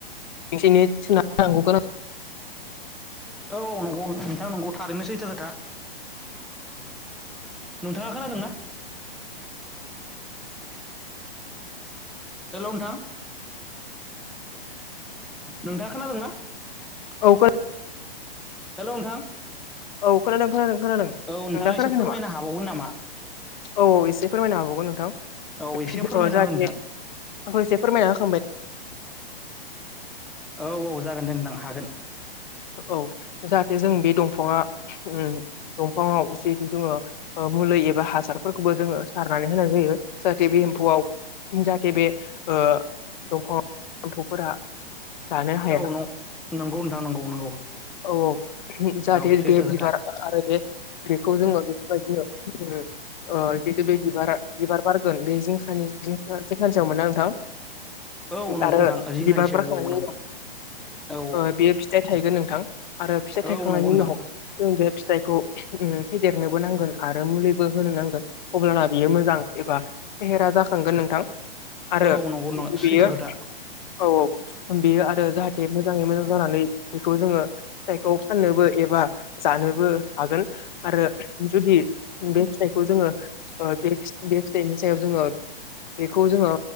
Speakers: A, on the left; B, in the centre.
A: मानसिनि <unintelligible>
B: औ नंगौ नोंथां नंगौ थारैनो सैथो खोथा नोंथांआ खोनादोंना हेलौ नोथां नोंथांआ खोनादोंंना
A: औ खोनादों
B: हेलौ नोंथां
A: औ खोनादों खोनादों खोनादों नोंथांआ
B: औ नोंथाङा
A: खोनायाखै
B: एसे फोरमायनो
A: नामा
B: हाबावगोन नामा
A: औ औ इसे फोरमायनो हागौमोन नोंथां
B: औ एसे फोरमायना
A: अओ जाहाखिनि
B: हो नोंथां
A: आंखौ एसे फोरमायना होख
B: ओ औ औ जागोन दे नोंथां हागोन
A: औ जाहाथे जों बे दंफांआ ओम दंफांआव जिहुतु जोङो ओ मुलै एबा हासारफोरखौबो जोङो सारनानै होनाय जायो जाहाथे बे एम्फौआव जाहाथे बे ओ दंफांआव एम्फौफोरा जानो हाया
B: औ नं नंगौ नोंथां नंगौ नंगौ
A: औ जाहाथे
B: औ सैथो
A: बे
B: खोथा
A: बिबार आरो बे बेखौ जोङो बेफोरबादिनो उम ओ जेहेतु बे बिबार बिबार बारगोन बे जिंखानि जिंखानसेआव माने नोंथां
B: औ नंगौ
A: आरो
B: नोंथां जिंगानि
A: बिबारफोर
B: सायाव
A: खानायनि
B: औ नोंथां
A: उनाव
B: औ
A: ओ बेयो फिथाइ थाइगोन नोंथां आरो फिथाइ
B: औ
A: थायखांनायनि
B: औ नंगौ नोंथां
A: उनाव जों बे फिथाइखौ ओम फेदेरनोबो नांगोन आरो मुलिबो होनो नांगोन अब्लाना बियो मोजां एबा फेहेरा जाखांगोन नोंथां आरो
B: औ नंगौ नों
A: ओ बेयो
B: सैथो खोथा
A: औ औ बेयो आरो जाहाथे मोजाङै मोजां जानानै बेखौ जोङो फिथाइखौ फाननोबो एबा जानोबो हागोन आरो जुदि बे फिथाइखौ जोङो ओ बे बे फिथाइनि सायाव जोङो बेखौ जोङो